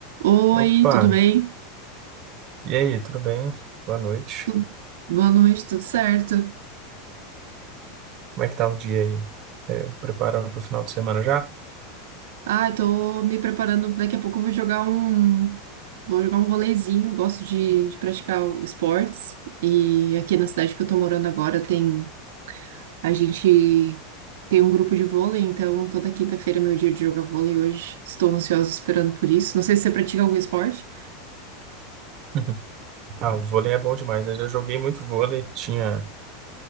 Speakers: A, on the right; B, on the right.
A: Oi,
B: Opa,
A: tudo bem?
B: e aí, tudo bem? Boa noite.
A: Tu- Boa noite, tudo certo?
B: Como é que tá o dia aí? É, preparando para o final de semana já?
A: Ah, eu tô me preparando, daqui a pouco eu vou jogar um, vou jogar um volezinho, eu gosto de, de praticar o- esportes e aqui na cidade que eu tô morando agora tem, a gente tem um grupo de vôlei, então toda quinta-feira é meu dia de jogar vôlei hoje, estou ansiosa esperando por isso, não sei se você pratica algum esporte?
B: <laughs> Ah, o vôlei é bom demais, né? Eu já joguei muito vôlei, tinha...